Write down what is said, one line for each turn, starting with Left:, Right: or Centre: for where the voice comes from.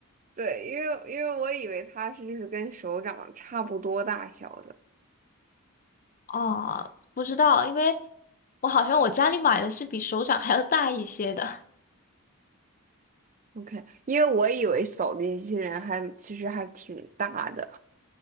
Right: 对，因为因为我以为它是就是跟手掌差不多大小的。
Left: 哦，不知道，因为我好像我家里买的是比手掌还要大一些的
Right: OK，因为我以为扫地机器人还其实还挺大的。